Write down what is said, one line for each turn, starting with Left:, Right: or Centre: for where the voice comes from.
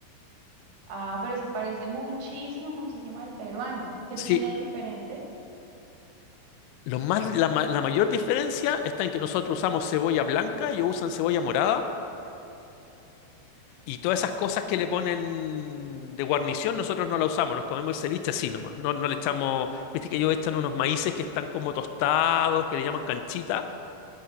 Right: Ah, pero se parece muchísimo, muchísimo al peruano. ¿Qué
Left: Sí,
Right: tiene de diferente?
Left: lo más, la, ma- la mayor diferencia está en que nosotros usamos cebolla blanca, ellos usan cebolla morada, Y todas esas cosas que le ponen de guarnición, nosotros no la usamos, nos comemos el ceviche así nomás. No, no le echamos, viste que ellos echan unos maíces que están como tostados, que le llaman canchita,